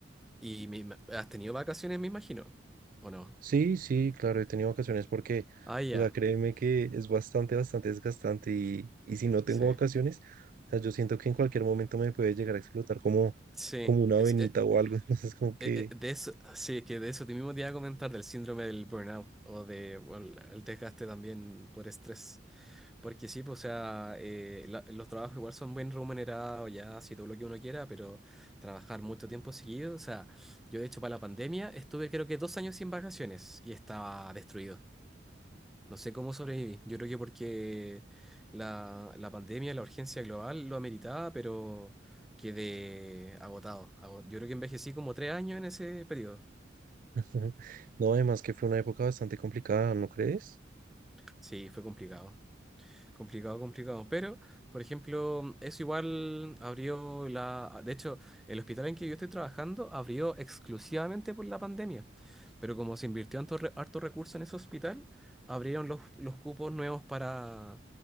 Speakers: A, in the centre; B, on the right.
A: Y me ima- has tenido vacaciones, me imagino, ¿o no?
B: Sí, sí, claro, he tenido vacaciones porque,
A: Ah, ya,
B: o sea, créeme que es bastante, bastante desgastante y, y si no tengo
A: sí.
B: vacaciones, o sea, yo siento que en cualquier momento me puede llegar a explotar como,
A: Sí,
B: como una
A: es,
B: venita
A: eh,
B: o algo, <laughs> entonces como que,
A: eh, eh, de eso, sí, que de eso te mismo te iba a comentar, del síndrome del burnout o de, bueno, la- el desgaste también por estrés. Porque sí, pues, o sea, eh, la- los trabajos igual son bien remunerados, ya, si todo lo que uno quiera, pero trabajar mucho tiempo seguido, o sea, yo de hecho para la pandemia estuve creo que dos años sin vacaciones y estaba destruido. No sé cómo sobreviví. Yo creo que porque la, la pandemia, la urgencia global lo ameritaba, pero quedé agotado. ago- Yo creo que envejecí como tres años en ese periodo.
B: <laughs> no, además que fue una época bastante complicada, ¿no crees?
A: Sí, fue complicado. Complicado, complicado. Pero, por ejemplo, eso igual abrió la... De hecho, el hospital en que yo estoy trabajando abrió exclusivamente por la pandemia. Pero como se invirtió harto, re- harto recurso en ese hospital, abrieron los, los cupos nuevos para,